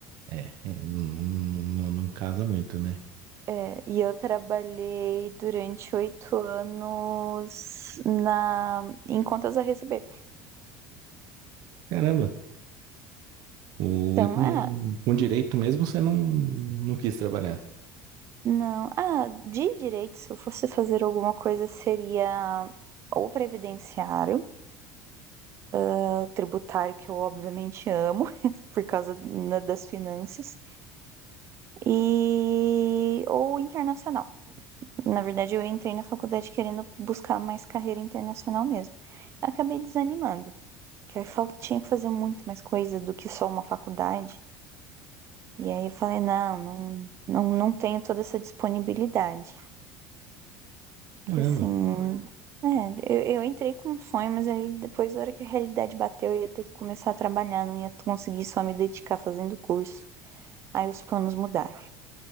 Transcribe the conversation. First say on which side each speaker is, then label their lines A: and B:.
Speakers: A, on the right; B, on the right.
A: É, é, não, não, não- não casa muito, né?
B: É, e eu trabalhei durante oito anos na, em contas a receber.
A: Caramba, o,
B: Então,
A: e com,
B: ah,
A: com direito mesmo você não, não quis trabalhar.
B: não, ah, de Direito, se eu fosse fazer alguma coisa, seria ou previdenciário, ou tributário, que eu obviamente amo, <laughs> por causa né, das finanças, e ou internacional. Na verdade, eu entrei na faculdade querendo buscar mais carreira internacional mesmo. Acabei desanimando, que eu fal- tinha que fazer muito mais coisa do que só uma faculdade. E aí eu falei, não, não, não, não tenho toda essa disponibilidade.
A: Caramba,
B: Que assim, é, eu, eu entrei com um sonho, mas aí depois, na hora que a realidade bateu, eu ia ter que começar a trabalhar, não ia conseguir só me dedicar fazendo curso. Aí os planos mudaram.